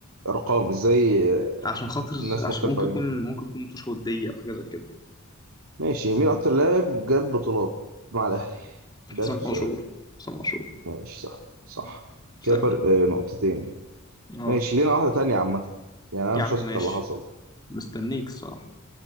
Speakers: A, on the right; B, on the left.
A: ارقام ازاي آه،
B: عشان خاطر
A: الناس
B: عشان
A: مختلفة
B: ممكن
A: عليها
B: يكون ممكن يكون متوشه ودية او حاجه زي كده
A: ماشي مين اكتر لاعب جاب بطولات مع الاهلي ده
B: حسام
A: اخر سؤال
B: عاشور حسام عاشور
A: ماشي صح صح كده
B: سهل
A: فرق آه، نقطتين
B: اه
A: ماشي لينا واحدة تانية عامة يعني انا
B: يا
A: مش
B: عم ماشي
A: هسكت على اللي حصل دي
B: مستنيك الصراحه